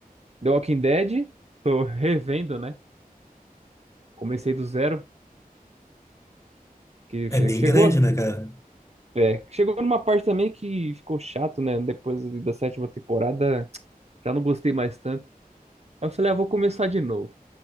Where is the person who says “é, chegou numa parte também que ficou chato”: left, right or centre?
Right